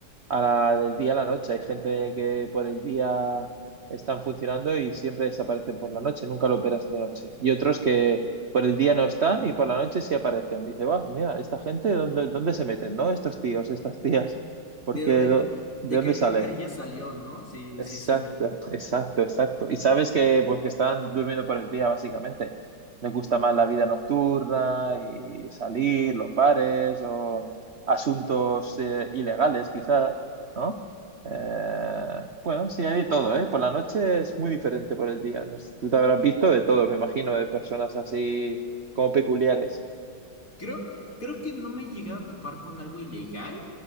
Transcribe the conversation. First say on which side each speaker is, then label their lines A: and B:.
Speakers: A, on the right; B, on the left.
A: a la del día a la noche. Hay gente que por el día están funcionando y siempre desaparecen por la noche, nunca lo verás de noche. Y otros que por el día no están y por la noche sí aparecen. Dice, va, mira, esta gente, ¿dónde, dónde se meten, no? Estos tíos, estas tías, porque
B: ¿De dónde,
A: ¿de
B: de
A: dónde
B: qué alcantarilla
A: salen?
B: salió, no? Sí,
A: Exacto,
B: sí, sí.
A: exacto, exacto. Y sabes que pues que están durmiendo por el día, básicamente. Les gusta más la vida nocturna y salir, los bares o asuntos eh, ilegales, quizá, ¿no? Eh, bueno, sí, hay de todo, ¿eh? Por la noche es muy diferente por el día. No sé, Tú te habrás visto de todo, me imagino, de personas así como peculiares.
B: Creo, creo que no me he llegado a topar con algo ilegal,